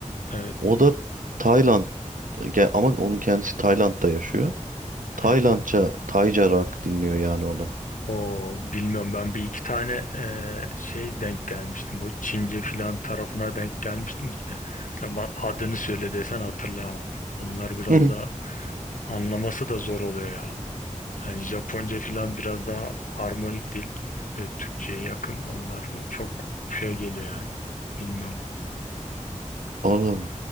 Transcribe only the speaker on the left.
evet,
evet.
O bilmiyorum ben bir iki tane e, şey denk gelmiştim. Bu Çince filan tarafına denk gelmiştim işte. Sen bana adını söyle desen hatırlayamam. Onlar biraz
daha anlaması da zor oluyor ya. Yani Japonca filan biraz daha harmonik değil. Ve Türkçe'ye yakın. Onlar bir- çok şey geliyor yani. Bilmiyorum.